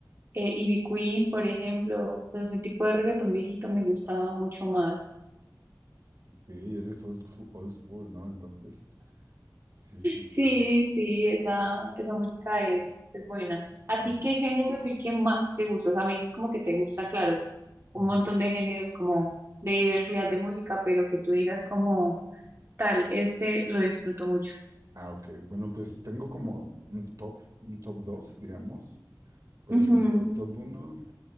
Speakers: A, on the right (about 35°); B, on the right (about 55°).
A: eh, Ivy Queen, por ejemplo. Entonces, ese tipo de reggaetón viejito me gusta mucho más.
B: sí, eres old, fu- old school, ¿no? Entonces. Sí, sí, sí.
A: Sí, sí, esa, esa música es, es buena. ¿A
B: Mm.
A: ti qué género es el que más te gusta? O sea, me dices como que te gusta, claro,
B: <laughs>
A: un montón de géneros como de diversidad de música, pero que tú digas como tal, este lo disfruto mucho.
B: Ah, ok. Bueno, pues tengo como un top, un top 2, digamos. Por
A: Ujú,
B: ejemplo, el top 1,